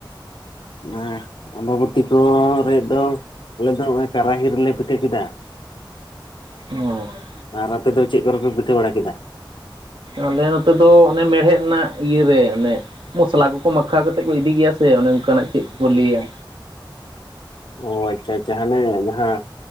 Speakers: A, on the left (about 70°); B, on the right (about 80°).
A: ᱮᱸ ᱟᱢᱵᱟᱵᱩᱛᱤ ᱠᱚᱨᱮ ᱫᱚ ᱟᱞᱮ ᱫᱚ ᱱᱚᱜᱼᱚᱸᱭ ᱠᱟᱨᱟᱦᱤ ᱨᱮᱞᱮ ᱯᱤᱴᱷᱟᱹ ᱠᱮᱫᱟ ᱾ <inaudible>
B: ᱦᱚᱸ ᱾
A: ᱟᱨ ᱟᱯᱮ ᱫᱚ ᱪᱮᱫ ᱠᱚᱨᱮ ᱯᱮ ᱯᱤᱴᱷᱟᱹ ᱵᱟᱲᱟ ᱠᱮᱫᱟ?
B: ᱟᱞᱮ ᱱᱚᱛᱮ ᱫᱚ ᱚᱱᱮ ᱢᱮᱲᱦᱮᱫ ᱨᱮᱱᱟᱜ ᱤᱭᱟᱹ ᱨᱮ ᱚᱱᱮ ᱢᱚᱥᱞᱟ ᱠᱚᱠᱚ ᱢᱟᱠᱷᱟ ᱠᱟ ᱛᱮᱜ ᱠᱚ ᱤᱫᱤ ᱜᱮᱭᱟ ᱥᱮ ᱚᱱᱮ ᱚᱝᱠᱟᱱᱟᱜ ᱪᱮᱫ ᱠᱚᱠᱚ ᱞᱟᱹᱭᱟ!
A: ᱚ ᱟᱪᱪᱷᱟ ᱟᱪᱪᱷᱟ ᱦᱟᱱᱮ ᱡᱟᱦᱟᱸ